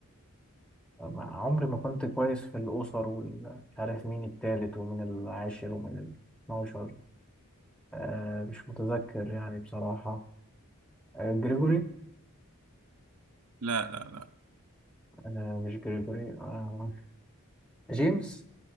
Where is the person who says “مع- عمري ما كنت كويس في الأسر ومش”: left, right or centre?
Centre